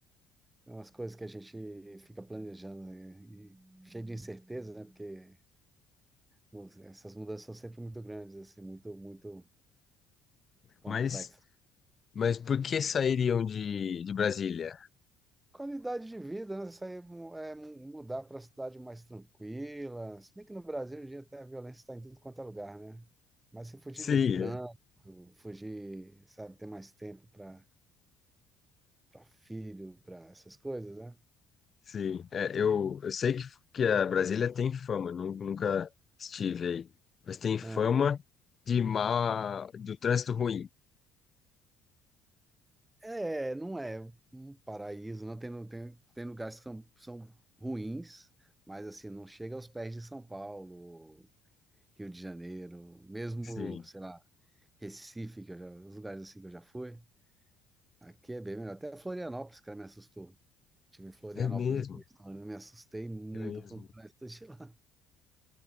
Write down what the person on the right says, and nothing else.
É umas coisas que a gente fica planejando né? e cheio de incerteza, né? Porque nossa, essas mudanças são sempre muito grandes, assim, muito, muito complexas.
Qualidade de vida, né? Isso aí mu- é mu- mudar para cidade mais tranquila. Se bem que no Brasil, hoje em dia, até a violência está em tudo quanto é lugar, né? Mas se fugir
de trânsito,
fugir, sabe, ter mais tempo para para filho, para essas coisas, né?
Ah.
É, não é um paraíso, não tem, não tem, tem lugares que são, são ruins, mas assim, não chega aos pés de São Paulo, Rio de Janeiro, mesmo,
sei lá, Recife, que eu já, os lugares assim que eu já fui, aqui é bem melhor. Até Florianópolis, cara, me assustou. Estive em Florianópolis,
eu me assustei muito
com o trânsito de lá.